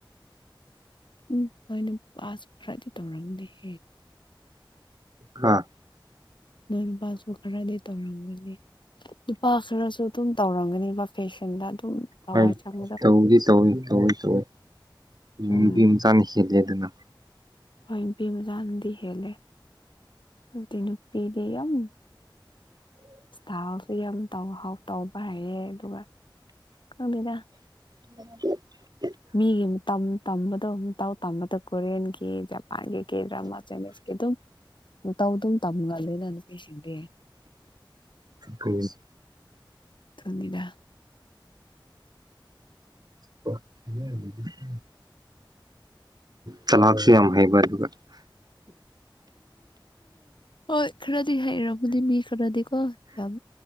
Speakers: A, on the left (about 70°); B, on the right (about 50°).
A: ꯎꯝ ꯅꯣꯏ ꯅꯨꯄꯥꯁꯨ ꯈꯔꯗꯤ ꯇꯧꯔꯝꯗꯦꯍꯦ
B: ꯍꯥꯥ
A: ꯅꯣꯏ ꯅꯨꯄꯥꯁꯨ ꯈꯔꯗꯤ ꯇꯧꯔꯝꯒꯅꯤ ꯅꯨꯄꯥ ꯈꯔꯁꯨ ꯗꯨꯝ ꯇꯧꯔꯝꯒꯅꯦꯕ ꯐꯦꯁꯟꯗ ꯑꯗꯨꯝ ꯊꯋꯥꯏ
B: ꯍꯣꯏ
A: ꯆꯪ
B: ꯇꯧꯗꯤ ꯇꯧ ꯇꯧꯋꯦ ꯗꯣ
A: ꯎꯝ
B: ꯅꯨꯄꯤ ꯃꯆꯥꯅ ꯍꯦꯜꯂꯦ ꯗꯅ
A: ꯍꯣꯏ ꯅꯨꯄꯤ ꯃꯆꯥ ꯅꯥꯗꯤ ꯍꯦꯟꯂꯦ ꯑꯗꯨꯏ ꯅꯨꯄꯤꯗꯤ ꯌꯥꯝ ꯏꯁꯇꯥꯜꯁꯨ ꯌꯥꯝ ꯇꯧ ꯍꯧ ꯇꯧꯕ ꯍꯩꯌꯦ ꯑꯗꯨꯒ ꯈꯪꯗꯦꯗ
B: <unintelligible>
A: ꯃꯤꯒꯤ ꯇꯝ ꯇꯝꯕꯗꯣ ꯃꯇꯧ ꯇꯝꯕꯗ ꯀꯣꯔꯤꯌꯟꯒꯤ ꯖꯄꯥꯟꯒꯤ ꯀꯩꯗ꯭ꯔꯃ ꯆꯥꯏꯅꯤꯁꯀꯤ ꯗꯨꯝ ꯃꯇꯧ ꯗꯨꯝ ꯇꯝꯒꯟꯂꯦꯅ ꯅꯨꯄꯤꯁꯤꯡꯗꯤ
B: ꯈꯪꯉꯤ
A: ꯊꯟꯅꯤꯗ
B: <inaudible> ꯆꯂꯥꯛꯁꯨ ꯌꯥꯝ ꯍꯩꯕ ꯑꯗꯨꯒ
A: ꯍꯣꯏ ꯈꯔꯗꯤ ꯍꯥꯏꯔꯝꯃꯅꯤ ꯃꯤ ꯈꯔꯗꯤ ꯀꯣ ꯌꯥꯝ